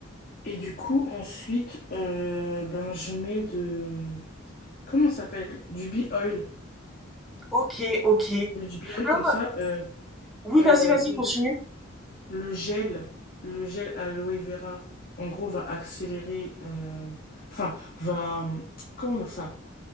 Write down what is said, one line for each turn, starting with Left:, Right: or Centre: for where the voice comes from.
Left: Et du coup, ensuite, euh, ben je mets de... Comment ça s'appelle? Du bee oil.
Centre: Ok, ok.
Left: Je mets du bee oil
Centre: Ah,
Left: comme ça. euh,
Centre: oui,
Left: euh,
Centre: vas-y, vas-y,
Left: donc
Centre: continue.
Left: le gel, le gel aloe vera, en gros, va accélérer, euh, enfin, va, euh, comment ça?